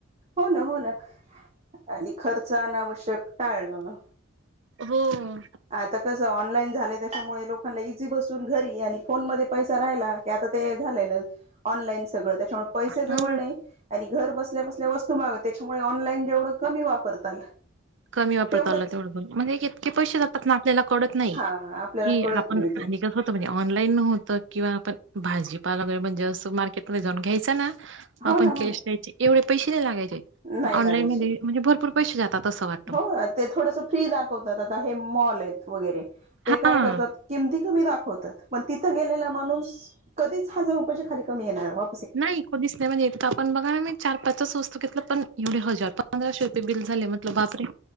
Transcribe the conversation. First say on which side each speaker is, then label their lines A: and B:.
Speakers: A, on the right; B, on the right.
A: हो न, हो न, आणि खर्च अनावश्यक टाळणं.
B: हो हो.
A: आता कसं ऑनलाईन झालंय. त्याच्यामुळे लोकांना इझी बसून घरी आणि फोन मध्ये पैसा राहिला ते आता ते झालेले ऑनलाईन सगळं. त्याच्यामुळे पैसे जवळ
B: हा
A: नाही. आणि घर बसल्या बसल्या वस्तू तु मागवते. त्याच्यामुळे ऑनलाईन जेवढं कमी वापरताल
B: कमी वापरता
A: तेवढंच
B: आला तेवढं बरं. म्हणजे इतके पैसेा जात त आपल्याला कळत नाही.
A: हा आपल्याला
B: कि
A: कळत
B: आपण
A: नाही
B: <unintelligible>
A: ते
B: त म्हणे ऑनलाईन नव्हतं किंवा आपण भाजीपाल वगैरे म्हणजे असं मार्केटमध्ये जाऊन घ्यायचं ना, आपण
A: हो ना हो
B: कॅश
A: ना
B: द्यायचे एवढे पैसे नाही लागायचे.
A: नाही
B: ऑनलाईन
A: लागायचे
B: मध्ये म्हणजे भरपूर पैसे जातात. असं वाट
A: हो ते थोडस फ्री दाखवतात. आता हे मॉल आहेत वगैरे ते काय
B: हा
A: करतात किमती तुम्ही दाखवतात पण तिथ गेलेला माणूस कधीच हजार रुपयच्या खाली कमी येणार वा
B: नाय कधीच नाय म्हणज इतका पण बघा ना मी चार पाच वस्तू घेतलं पण एवढे हजार पंधराशे रुपये बिल झाले म्हटलं बापरे.